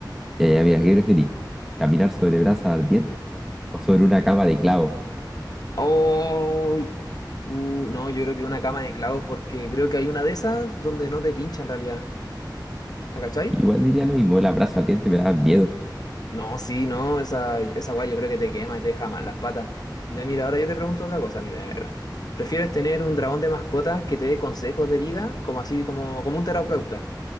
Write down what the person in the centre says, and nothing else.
Ya, ya, mira, ¿qué preferís? ¿Caminar sobre brasa ardiente o sobre una cama de clavo?
Igual diría lo mismo, las brasa ardiente me daban miedo.